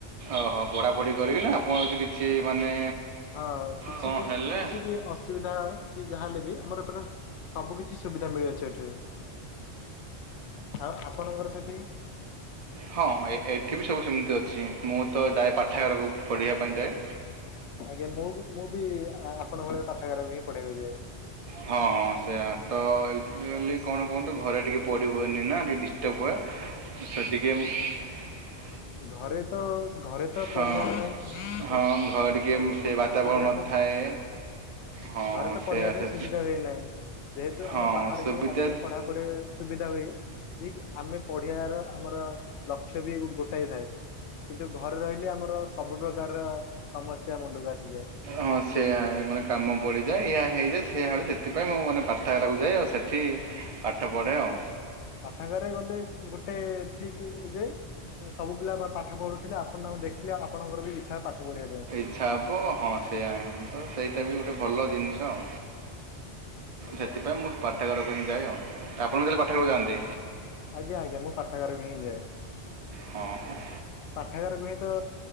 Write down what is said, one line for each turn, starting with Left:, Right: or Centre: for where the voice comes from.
Right: ଓହୋ! ପଢାପଢି କରିକିନା ଆପଣ ଯଦି କିଛି ମାନେ
Left: ହଁ, କିଛି
Right: କଣ
Left: ବି
Right: ହେଲେ
Left: - କିଛି ବି ଅ ଅସୁବିଧା କି ଯାହା ହେଲେ ବି ଆମର ଏପଟରେ ସବୁ କିଛି ସୁବିଧା ମିଳିଅଛି ଏଠି। ଆଉ ଆପଣଙ୍କର ସେଠି
Right: ହଁ, ଏ ଏଠି ବି ସବୁ ସେମିତି ଅଛି। ମୁଁ ତ ଯାଏ ପାଠାଗାରକୁ ପଢ଼ିବା ପାଇଁ ଯାଏ।
Left: ଆଜ୍ଞା, ମୁଁ ବି - ମୁଁ ବି ଆ ଆପଣଙ୍କ ଭଳି ପାଠାଗାରାକୁ ହିଁ ପଢିବାକୁ ଯାଏ।
Right: ହଁ - ହଁ, ସେଇଆତ <unintelligible> କଣ କୁହନ୍ତୁ ଘରେ ଟିକେ ପଢ଼ି ହୁଏନି ନା ଟିକେ ଡି <unintelligible>
Left: ଘରେ ତ ଘରେ ତ
Right: ହଁ
Left: ପଢ଼ିବା ପାଇଁ
Right: ହଁ
Left: <inaudible>
Right: ଟିକେ
Left: ଘରେ ତ
Right: ସେ
Left: ପ
Right: ବାତାବରଣ
Left: ପଢିବା
Right: ନଥାଏ
Left: ପାଇଁ <inaudible>
Right: ହଁ
Left: ଘରେ ତ
Right: ସେୟା
Left: ପଢିବା ପାଇଁ
Right: ସେ
Left: ସୁବିଧା ହୁଏ ନାହିଁ। ଯେହେତୁ
Right: ହଁ
Left: ଆମେ ବାହାରକୁ
Right: ସୁବିଧା
Left: ଆସିକି ପଢା ପଢି ସୁବିଧା ହୁଏ। ଯେ କି ଆମେ ପଢିବାର ଆମର ଲକ୍ଷ୍ୟ ବି ଗୋ ଟା ଇଥାଏ। କିନ୍ତୁ, ଘରେ ରହିଲେ ଆମର ସବୁ ପ୍ରକାରର ସମସ୍ୟା ମୁଣ୍ଡକୁ ଆସିଯାଏ।
Right: ହଁ ସେଇୟା ହିଁ ମାନେ କାମ ପଡ଼ିଯାଏ, ଏୟା ହେଇଯାଏ, ସେୟା ହଏ ସେଥିପାଇଁ ମୁଁ ମାନେ ପାଠାଗାରାକୁ ଯାଏ ଆଉ ସେଠି ପାଠ ପଢେ ଆଉ।
Left: ପାଠାଗାରେ ଗଲେ ଗୋଟେ ଠିକ ଉ ଯେ ସବୁ ପିଲା ପା ପାଠ ପଢୁଥିଲେ ଆପଣ ତାଙ୍କୁ ଦେଖିଲେ ଆପଣଙ୍କର ବି ଇଚ୍ଛା ହବ ପାଠ ପଢିବା ପାଇଁ।
Right: ଇଛା ହବ ହଁ ସେଇୟା ହିଁ ତ ସେଇଟା ବି ଗୋଟେ ଭଲ ଜିନିଷ ଆଉ
Left: ଆଜ୍ଞା
Right: ସେଥିପାଇଁ ମୁଁ ପାଠାଗାରକୁ ହିଁ ଯାଏ ଆଉ ଆପଣ ତାହେଲେ ପାଠାଗାର କୁ ଯାଆନ୍ତି?
Left: ଆଜ୍ଞା ଆଜ୍ଞା ମୁଁ ପାଠାଗାର କୁ ହିଁ ଯାଏ।
Right: ହଁ ହଁ।
Left: ପାଠାଗାରକୁୁ ହିଁ ତ